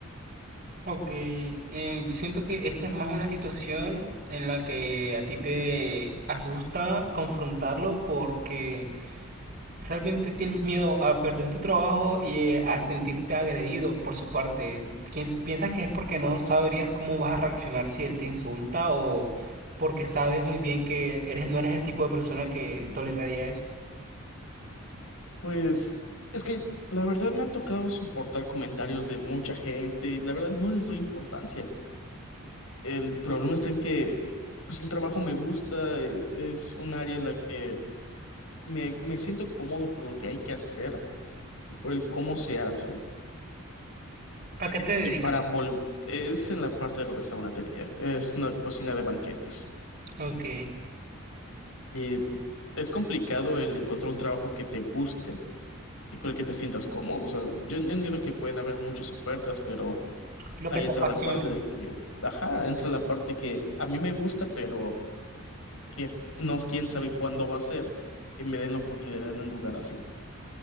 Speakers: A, on the right (about 45°); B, on the left (about 70°).
A: Ok, eh, yo siento que esta es más una situación en la que a ti te asusta confrontarlo porque realmente tienes miedo a perder tu trabajo y eh, a sentirte agredido por su parte. Quiens- ¿Piensas que es porque no sabrías cómo vas a reaccionar si él te insulta o porque sabes muy bien que eres, no eres el tipo de persona que toleraría eso?
B: Pues es que la verdad me ha tocado soportar comentarios de mucha gente y la verdad no les doy importancia. El problema está en que pues el trabajo me gusta, eh, es un área en la que me, me siento cómodo por lo que hay que hacer y por el cómo se hace.
A: ¿A qué te dedicas?
B: Y para volver, es en la parte de restaurantería, es una cocina de banquetes.
A: Ok,
B: Y es complicado el encontrar un trabajo que te guste y con el que te sientas cómodo. O sea, yo, yo entiendo que pueden haber muchas ofertas, pero
A: lo
B: ahí
A: que te
B: entra
A: apasiona.
B: la parte de que, ajá, entra la parte que a mí me gusta, pero que no, quién sabe cuándo va a ser que me den la oportunidad en un lugar así.